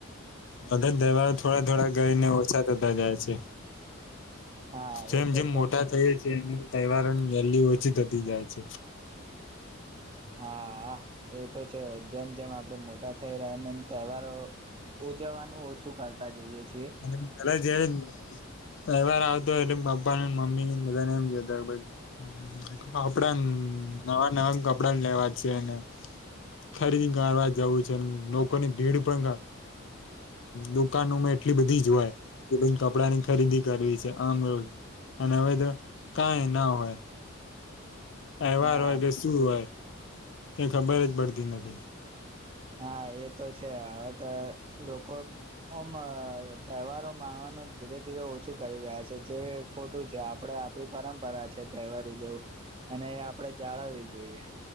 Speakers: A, on the left; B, on the right.
A: બધન તેહવા થોડા-થોડા કરીને ઓછા થતા જાય છે.
B: હા
A: જેમ
B: એ તો
A: જેમ
B: છે
A: મોટા થઈ છે. એમ તહેવારોની વેલ્યુ ઓછી થતી જાય છે.
B: હા એ તો છે. જેમ જેમ આપડે મોટા થઈ રહ્યા એમ એમ તહેવારો ઉજવવાનું ઓછું કરતા જઈએ છી
A: અને પેલા જ્યા તહેવાર આવતો. એટલે પપ્પાન મમ્મીન બધાને એમ કેતા ભઈ કપડા નવા-નવા કપડા લેવા છે. ને ખરીદી કરવા જવું છ ન લોકોની ભીડ પણ દુકાનોમાં એટલી બધી જ હોય કે કોઈ ન કપડાની ખરીદી કરવી છે. અમ અ અન હવે તો કાઈ ના હોય. અહેવાર
B: હા
A: હોય કે શું હોય ત ખબર જ પડતી નથી
B: હા એ તો છે હવે તો લોકો ઓમ તહેવારો માણવાનું ધીરે ધીરે ઓછું કરી રહ્યા છે જે ખોટું છે આપડ આપણી પરંપરા છે તહેવાર ઉજવ અને એ આપણે જાળવી જોઈએ